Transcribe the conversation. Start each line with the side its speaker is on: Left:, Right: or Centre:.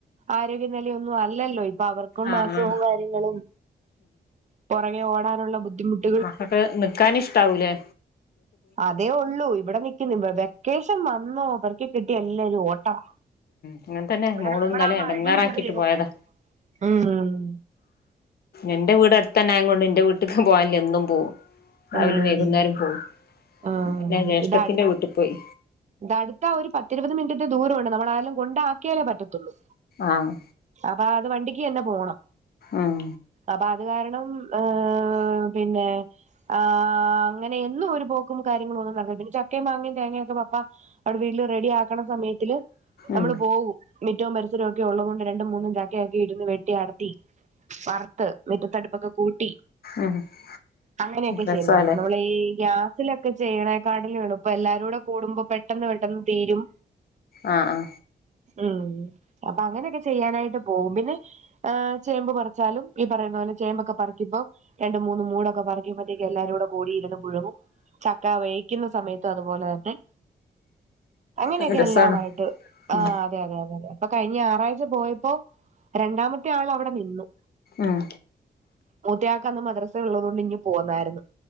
Right: ആരോഗ്യനെല ഒന്നും അല്ലല്ലോ ഇപ്പം അവർ ഇപ്പ
Left: ആഹ്
Right: മാസവും
Left: ആഹ്
Right: കാര്യങ്ങളും പൊറകെ ഓടാനുള്ള ബുദ്ധിമുട്ട്
Left: മക്കെക്ക് നിക്കാൻ ഇഷ് താവുലേ
Right: അതേ ഉള്ളൂ ഇവിടെ നി വെ വെക്കേഷൻ വന്നോ അവർക്ക് കിട്ടിയ എല്ലാരും ഓട്ടവാ
Left: അങ്ങനെ തന്നെ ഇന്നലെ
Right: ഇവിടെ നമ്മളാവുമ്പോ
Left: മോള് എടങ്ങാറാക്കിട്ട്
Right: അടിയും തെറിയൊക്കെ
Left: പോയതാ
Right: പറയും ഉം
Left: എന്റെ വീട് അടുത്ത - തന്നെ അങ്ങോണ്ട് ന്റെ വീട്ട്ക്ക് പോവാനും നി എന്നും പോവും രാവിലേം
Right: ആഹ്
Left: വൈകുന്നേരം പോവും
Right: ആഹ്
Left: പിന്നെ ജ്യേഷ്ഠത്തിന്റെ
Right: ഇത്
Left: വീട്ടി പോയി
Right: അടുത്താ ഒരു പത്തു - ഇരുപത് മിനിറ്റ്ന്റെ ദൂരവുണ്ട് നമ്മള് ആയാലും കൊണ്ടാക്കിയാലേ പറ്റത്തുള്ളൂ
Left: ആഹ്
Right: അപ്പ അത് വണ്ടിക്ക് തന്നെ- പോണം
Left: ഉം
Right: അപ്പൊ അത് കാരണം ആഹ് പിന്നെ ആ അങ്ങനെ എന്നും ഒരു പോക്കും കാര്യങ്ങളും ഒന്നും നടന്നിട്ടില്ല പിന്നെ ചക്കയും മാങ്ങയും തേങ്ങൊക്കെ പപ്പ അവിടെ വീട്ടില് റെഡി ആക്കണ സമയത്തില് നമ്മള്
Left: ഉം
Right: പോകും മിറ്റവും പരിസരവും ഒക്കെ ഒള്ളത് കൊണ്ട് രണ്ട് മൂന്നും ചക്കൊക്കെ ഇരുന്ന് വെട്ടി അടത്തി വറുത്ത് മിറ്റത്തടുപ്പൊക്കെ കൂട്ടി
Left: ഉം
Right: അങ്ങനെയൊക്കെ
Left: രസാല്ലേ
Right: പിന്നെക്കെ നമ്മളീ ഗ്യാസിലൊക് ക്കെ ചെയ്യണെ കട്ടിലും എളുപ്പം എല്ലാരൂടെ കൂടുമ്പോ പെട്ടെന്ന് പെട്ടെന്ന് തീരും
Left: ആ ആ
Right: ഉം അപ്പൊ അങ്ങനെക്കെ ചെയ്യാനായിട്ട് പോവും പിന്നെ ഏ ചേമ്പ് പറിച്ചാലും ഈ പറയുന്ന പോലെ ചേമ്പൊക്കെ പഠിക്കുമ്പോ രണ്ട് മൂന്ന് മൂടൊക്കെ പറിക്കുമ്പോ എല്ലാരൂടെ കൂടിയിരുന്നു പുഴുങ്ങും ചക്ക വെയ്ക്കുന്ന സമയത്ത് അതുപോലെ തന്നെ അങ്ങനെയൊക്കെ
Left: ആഹ് രസാണ്
Right: എല്ലാമായിട്ട് ആ
Left: ഉം
Right: അതെ അതെ അതെതെ പ്പൊ കഴിഞ്ഞ ഞറാഴ്ച പോയപ്പോ രണ്ടാമത്തെ ആൾ അവിടെ നിന്നു
Left: ഉം
Right: മൂത്തയാക്കന്ന് മദ്രസ ഉള്ളതു മഞ്ഞു പോന്നാരുന്നു